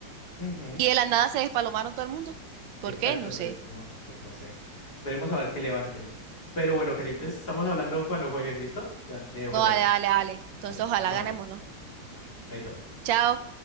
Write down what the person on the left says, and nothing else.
Ujú,
Exacto,
entonces,
no, pues no sé. Esperemos a ver que levanten. Pero bueno, cariño, entonces estamos hablando cuando jueguen, ¿listo? Te, te dejo
ya.
Dale, estamos
hablando.
Dale, chaito.